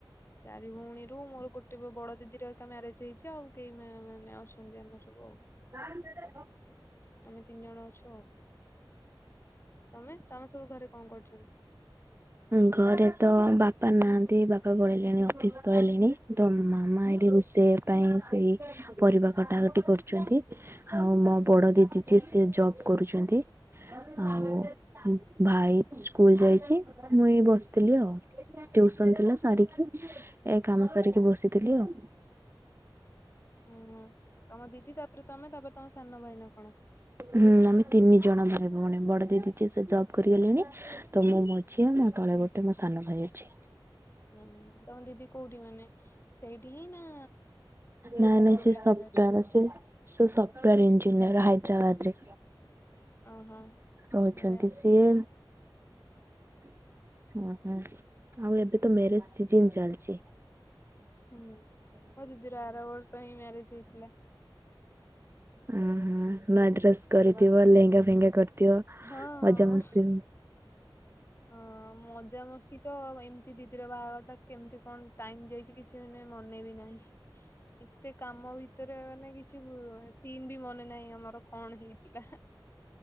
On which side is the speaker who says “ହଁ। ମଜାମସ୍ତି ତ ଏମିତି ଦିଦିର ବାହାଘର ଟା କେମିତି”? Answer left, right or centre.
Left